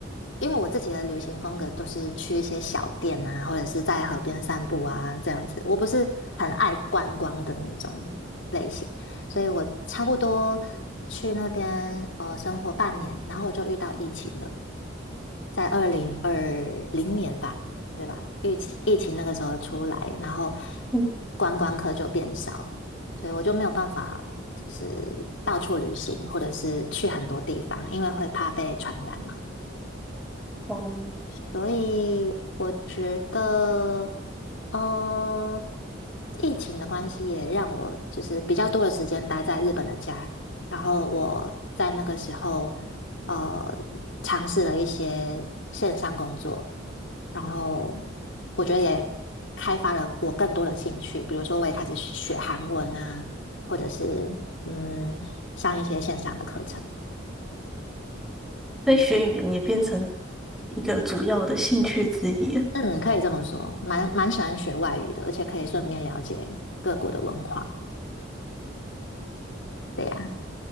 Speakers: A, on the left; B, in the centre.
A: 因为我自己的旅行风格都是去一些小店啊，或者是在河边散步啊，这样子。我不是很爱观光的那种类型，所以我差不多去那边呃生活半年，然后我就遇到疫情了。在二零二零年吧，对吧？疫情疫情那个时候出来，然后
B: 嗯
A: 观光客就变少，所以我就没有办法就是到处旅行，或者是去很多地方，因为会怕被传染嘛。
B: 哦，
A: 所以我觉得，呃，疫情的关系也让我就是比较多的时间待在日本的家，然后我在那个时候，呃，尝试了一些线上工作，然后我觉得也开发了我更多的兴趣，比如说我也开始学韩文啊，或者是嗯，上一些线上的课程。
B: 所以学语言也变成一个主要的兴趣之一了，
A: 嗯，可以这么说，蛮蛮喜欢学外语的，而且可以顺便了解各国的文化。对呀，